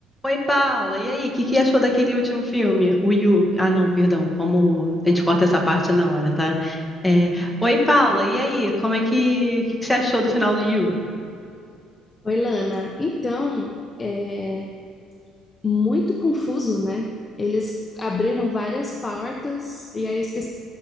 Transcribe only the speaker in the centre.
Oi, Paula. E aí, o que que achou daquele último filme? O You. Ah, não, perdão. Vamos. A gente corta essa parte na hora, tá? É, Oi, Paula. E aí, como é que. O que que você achou do final do You?